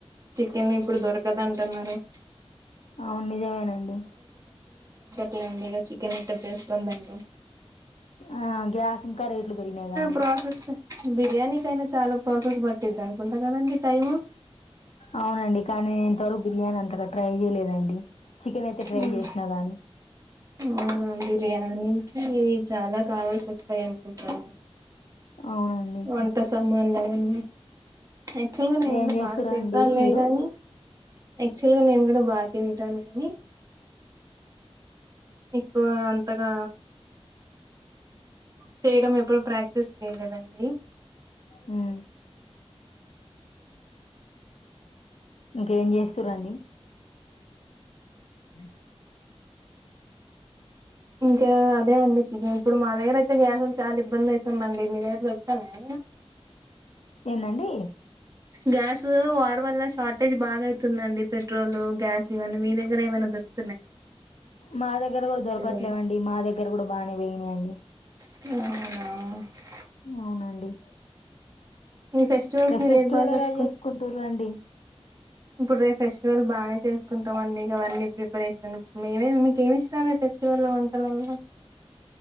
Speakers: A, on the right (about 30°); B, on the left (about 75°).
A: చికెన్ ఇప్పుడు దొరకదంటున్నారు <inaudible>
B: అవున్ నిజమేనండి
A: ట్లేండి ఇక చికెన్ ఎక్కడ చేసుకోని తింటం
B: ఆ గ్యాస్ ఇంకా రేట్లు పెరిగినియిగా అండి
A: ప్రాసెస్ బిర్యానీకైనా చాలా ప్రాసెస్ పట్టిద్ధ నుకుంటా కదండి టైమ్
B: అవునండి కానీ నేను ఇంతవరకు బిర్యానీ అంతగా ట్రై చేయలేదండి చికెన్ అయితే ట్రై
A: మ్..
B: చేసినా గానీ
A: అవునా బిర్యానీ <inaudible> చాలా కావాల్సి వస్తాయి అనుకుంటాను
B: అవునండి
A: ఒంట సామాన్ల ఎన్ని యాక్చువల్ గా నేను
B: ఏం
A: కూడా
B: చేస్తురండి
A: బాగా తింటానులేగానీ
B: మీరు
A: యాక్చువల్ గా నేను కూడా బాగా తింటాను కానీ ఎక్కువ అంతగా చేయడం ఎప్పుడు ప్రాక్టీస్ చేయలేదండి
B: మ్ ఇంకేం చేస్తురండి అ <unintelligible>
A: ఇంకా అదే అండి చికెన్ ఇప్పుడు మా దగ్గర అయితే గ్యాస్లు చాలా ఇబ్బంది ఐతుందండి మీ దగ్గర దొరుకున్నాయ
B: ఏందండి
A: గ్యాస్ వార్ వల్ల షార్టేజ్ బాగా అయితుందండి పెట్రోల్ గ్యాస్ ఇవన్నీ మీ దగ్గర ఏమైనా దొరుకు
B: మా దగ్గర కూడా దొరకట్లేవండి
A: ఉంది
B: మా దగ్గర కూడా బానే పెరిగినియి అన్నీ
A: అవునా
B: అవునండి
A: ఈ ఫెస్టివల్స్
B: రేపు
A: మీరు
B: ఫెస్టివల్
A: ఏది బాగా జరుపుకుంటారు.
B: ఎలా చేసుకుంటుర్రండి
A: ఇప్పుడు రేపు ఫెస్టివల్ బాగానే చేస్త చేసుకుంటమండి ఇకవన్నీ ప్రిపరేషన్ మేమే మీకు ఏమి ఇష్టం మీ ఫెస్టివల్లో వంటలల్లో